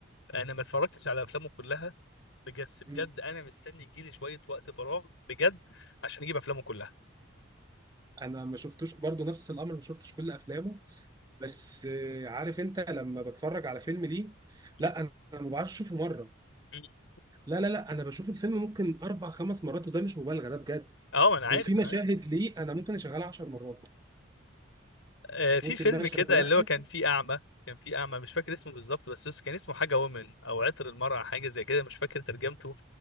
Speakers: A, on the left; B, on the right.
A: انا ما اتفرجتش على افلامه كلها بجد
B: مم.
A: بجد انا مستني يجيلي شويه وقت فراغ بجد عشان اجيب افلامه كلها
B: انا ما شفتوش برضو نفس الامر ما شفتش كل افلامه بس آه، عارف انت لما بتفرج على فيلم ليه
A: م-
B: لا انا ما بعرفش اشوفه مره
A: م.
B: لا لا لا انا بشوف الفيلم ممكن اربع خمس مرات وده مش مبالغه ده بجد
A: اه ما انا عارف
B: وفي مشاهد
A: انا عارف
B: ليه انا ممكن اشغلها 10 مرات
A: آه في
B: ممكن
A: فيلم
B: مشهد
A: كده
B: واحد
A: اللي هو كان فيه اعمى كان فيه اعمى مش فاكر اسمه بالظبط بس اس- كان اسمه حاجه وومن او عطر المرأة حاجه زي كده مش فاكر ترجمته